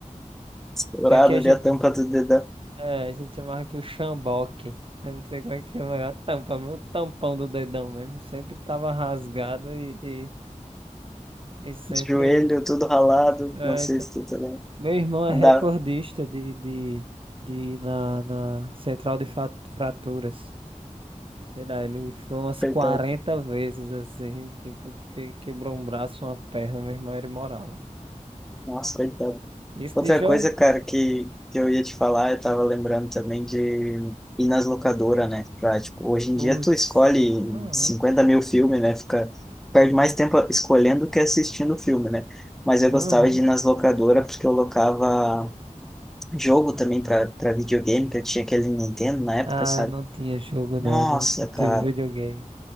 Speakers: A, in the centre; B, on the right (about 40°).
A: Estourado
B: Que aqui a
A: ali
B: gente
A: a tampa do dedão,
B: É, a gente chamava que o chamboque. Eu não sei como é que chama. A tampa, meu tampão do dedão mesmo. Sempre tava rasgado e, e, e sempre.
A: os joelhos tudo ralado,
B: É,
A: não sei
B: então.
A: se tu também.
B: Meu irmão
A: Andar,
B: é recordista de, de, de ir na, na central de fa- fraturas. Sei lá, ele foi umas
A: coitado.
B: 40 vezes assim, tipo, porque quebrou um braço, uma perna, meu irmão era imoral. velho.
A: Nossa, coitado.
B: Isso
A: Outra
B: de jogo.
A: coisa, cara, que, que eu ia te falar, eu tava lembrando também de ir nas locadoras, né? Pra, tipo, hoje em
B: Putz.
A: dia tu escolhe
B: Uhum,
A: 50 mil filmes, né? Fica, perde mais tempo escolhendo que assistindo o filme, né? Mas eu
B: uhum.
A: gostava de ir nas locadoras porque eu locava jogo também pra, pra videogame, que eu tinha aquele Nintendo na época,
B: Ah,
A: sabe?
B: eu não tinha jogo
A: Nossa,
B: não, não, não
A: cara.
B: teve videogame.